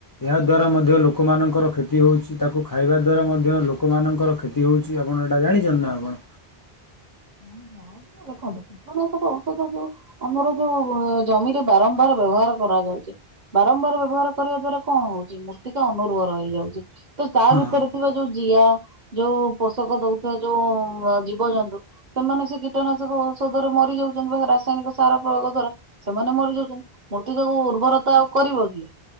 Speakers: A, on the left; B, on the right.
A: ଏହାଦ୍ଵାରା ମଧ୍ୟ ଲୋକମାନଙ୍କର କ୍ଷତି ହୋଉଚି। ତାକୁ ଖାଇବା ଦ୍ୱାରା ମଧ୍ୟ ଲୋକମାନଙ୍କର କ୍ଷତି ହୋଉଚି ଆପଣ ଏଇଟା ଜାଣିଚନ୍ତି ନା ଆପଣ?
B: ହଁ ଯାଣିଚି ଯେ ଦେଖନ୍ତୁ। କୀଟନାଶକ ଔଷଧ ଯୋଉ ଆମର ଯୋଉ ଜମିରେ ବାରମ୍ବାର ବ୍ୟବହାର କରାଯାଉଚି। ବାରମ୍ବାର ବ୍ୟବହାର କରିବା ଦ୍ଵାରା କଣ ହୋଉଚି ମୂର୍ତ୍ତିକା ଅନୁର୍ବର ହେଇଯାଉଚି। ତ ତା
A: ହଁ।
B: ଭିତରେ ଥିବା ଯୋଉ ଜିଆ ଯୋଉ ପୋଷକ ଦୋଉଥିବା ଯୋଉ ଜୀବଜନ୍ତୁ ସେମାନେ ସେ କୀଟନାଶକ ଔଷଧରେ ମରି ଯାଉଚନ୍ତି <unintelligible> ରାସାୟନିକ ସାର ପ୍ରୟୋଗ ଦ୍ଵାରା। ସେମାନେ ମରି ଯାଉଚନ୍ତି ମୂର୍ତ୍ତିକାକୁ ଉର୍ବରତା ଆଉ କରିବ କି?